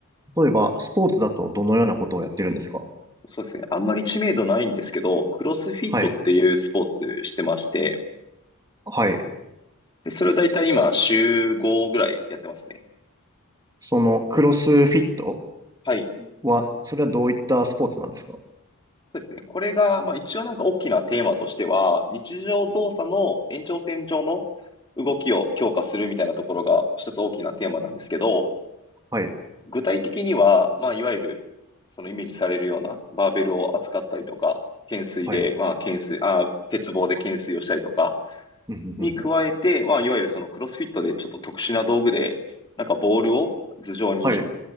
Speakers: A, on the right; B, on the left.
A: 例えば、スポーツだとどのようなことをやってるんですか
B: そうですね。あんまり知名度ないんですけど、クロスフィットっていうスポーツしてまして、
A: はい。はい。
B: で、それをだいたい今、週5ぐらいやってますね。
A: その、クロスフィット
B: はい。
A: は、それはどういったスポーツなんですか
B: そうですね。これが、まあ、一応なんか大きなテーマとしては、日常動作の延長線上の動きを強化するみたいなところが一つ大きなテーマなんですけど、
A: はい。
B: 具体的には、まあ、いわゆる、そのイメージされるようなバーベルを扱ったりとか、懸垂で、
A: はい。
B: まあ、懸垂、あ、鉄棒で懸垂をしたりとか、
A: うんうんうんうん
B: に加えて、まあ、いわゆるそのクロスフィットでちょっと特殊な道具で、なんかボールを頭上に
A: はい。